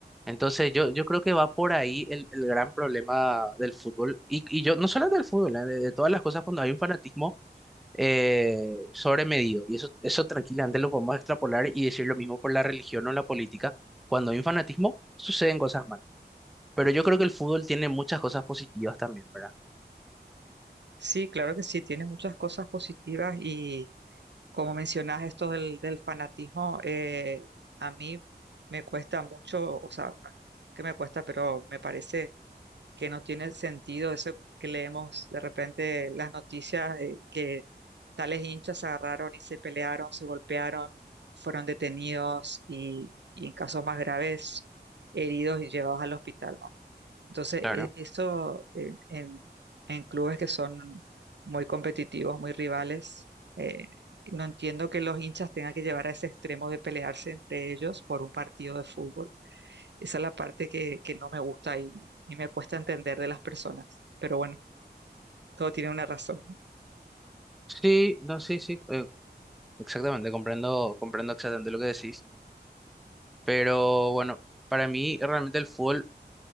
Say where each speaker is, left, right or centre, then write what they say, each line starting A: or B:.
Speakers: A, in the centre; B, on the right.
A: Entonces yo, yo creo que va por ahí el, el gran problema del fútbol. Y, y yo, no solo del fútbol, eh, de, de todas las cosas cuando hay un fanatismo eh, sobremedido. Y eso, eso tranquilamente lo podemos extrapolar y decir lo mismo por la religión o la política. Cuando hay un fanatismo, suceden cosas malas. Pero yo creo que el fútbol tiene muchas cosas positivas también, ¿verdad?
B: Sí, claro que sí, tiene muchas cosas positivas y como mencionas esto del, del fanatismo, eh, a mí me cuesta mucho, o sea, no es que me cuesta, pero me parece que no tiene sentido eso que leemos de repente las noticias de que tales hinchas se agarraron y se pelearon, se golpearon, fueron detenidos y, y en casos más graves heridos y llevados al hospital, ¿no? Entonces,
A: Claro.
B: e- esto en, en- en clubes que son muy competitivos, muy rivales, eh, no entiendo que los hinchas tengan que llevar a ese extremo de pelearse entre ellos por un partido de fútbol. Esa es la parte que, que no me gusta y, y me cuesta entender de las personas. Pero bueno, todo tiene una razón, ¿no?
A: Sí, no, sí, sí, eh, exactamente, comprendo, comprendo exactamente lo que decís. Pero bueno, para mí realmente el fútbol,